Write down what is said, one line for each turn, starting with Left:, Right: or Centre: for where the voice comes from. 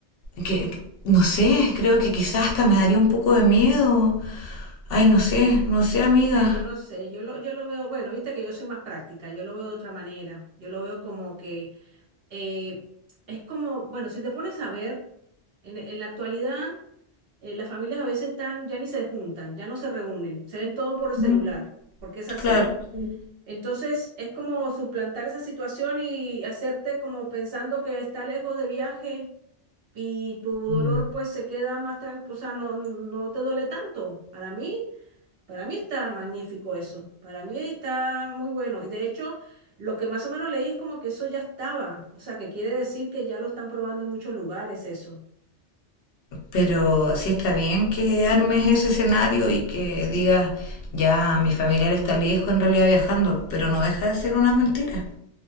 Left: que, no sé, creo que quizás hasta me daría un poco de miedo Ay, no sé, no sé, amiga.
Right: Bueno, no sé, yo lo, yo lo veo, bueno, viste que yo soy más práctica, yo lo veo de otra manera, yo lo veo como que eh, es como, bueno, si te pones a ver, en, en la actualidad eh, las familias a veces están, ya ni se juntan, ya no se reúnen, se ven todo por celular,
Left: Mm,
Right: porque es así.
Left: Claro. sí.
Right: Entonces es como suplantar esa situación y hacerte como pensando que está lejos de viaje y tu dolor
Left: mm.
Right: pues se queda más tranquilo, o sea, no, no te duele tanto. Para mí, para mí está magnífico eso, para mí está muy bueno. Y de hecho, lo que más o menos leí es como que eso ya estaba, o sea, que quiere decir que ya lo están probando en muchos lugares eso.
Left: Pero sí está bien que armes ese escenario y que digas, ya, mi familiar está lejos en realidad viajando, pero no deja de ser una mentira.